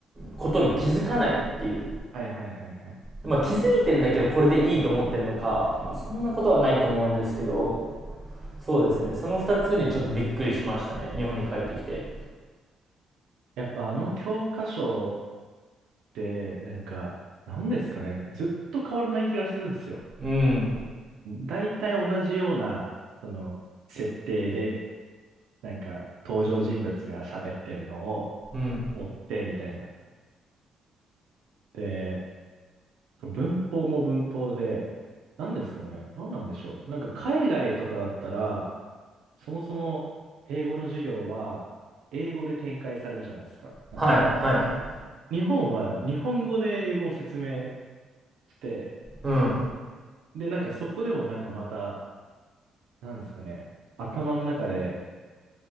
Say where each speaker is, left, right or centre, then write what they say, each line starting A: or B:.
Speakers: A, on the right (about 30°); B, on the right (about 80°).
A: ことに気づかないっていう。
B: はいはいはいはい。
A: まあ気づいてんだけどこれでいいと思ってんのか、まあそんなことはないと思うんですけど、そうですね。その二つにちょっとびっくりしましたね。日本に帰ってきて。
B: やっぱあの教科書って、なんか、なんですかね。ずっと変わらない気がするんですよ。
A: うん。
B: 大体同じような、その、設定で、なんか、登場人物が喋ってるのを
A: うん。
B: 追ってみたいな。で、文法も文法で、なんですかね。なんなんでしょう。なんか海外とかだったら、そもそも英語の授業は英語で展開されるじゃないですか。なんか
A: はい、はい。
B: 日本は日本語で英語を説明して、
A: うん。
B: で、なんかそこでもなんかまた、なんですかね、頭の中で、